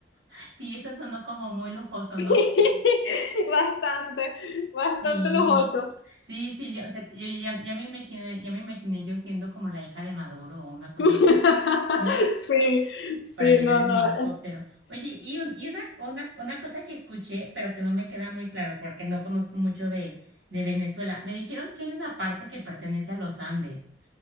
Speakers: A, on the right; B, on the left.
A: Sí, eso sonó como muy lujoso, ¿no?
B: <laughs> Bastante, bastante
A: Sí,
B: lujoso.
A: ¿no? Sí, sí, ya, o sea, yo ya, ya me imaginé, ya me imaginé yo siendo como la hija de Maduro o una cosa así,
B: <laughs>
A: ¿no?
B: Sí,
A: para
B: sí,
A: llegar
B: no,
A: en
B: no.
A: mi helicóptero.
B: es-
A: Oye, y, un- y una, una, una cosa que escuché, pero que no me queda muy claro porque no conozco mucho de, de Venezuela, me dijeron que hay una parte que pertenece a los Andes,